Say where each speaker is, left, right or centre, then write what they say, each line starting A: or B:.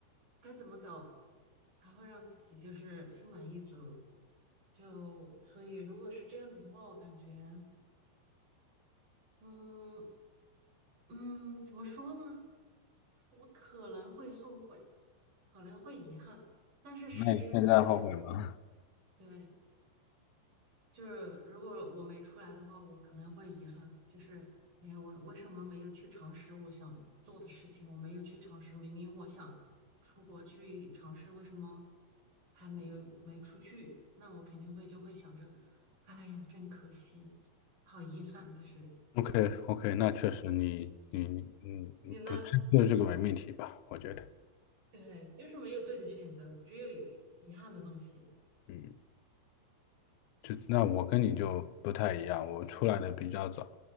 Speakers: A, on the right; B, on the left.
A: 该怎么走才会让自己就是心满意足。就所以，如果是这样子的话，我感觉，嗯嗯，怎么说呢？我可能会后悔，可能会遗憾，但是实实在在，
B: 那你现在后悔吗
A: 对。就是如果我没出来的话，我可能会遗憾，就是哎，我为什么没有去尝试我想做的事情？我没有去尝试，明明我想出国去尝试，为什么还没有没出去？那我肯定会就会想着，哎呀，真可惜，好遗憾，就是
B: ？OK OK，那确实你你你嗯，
A: 嗯，你呢？
B: 不，这就是个伪命题吧？我觉得，
A: 对，就是没有对的选择，只有遗遗憾的东西。
B: 嗯。就那我跟你就不太一样，我出来的比较早，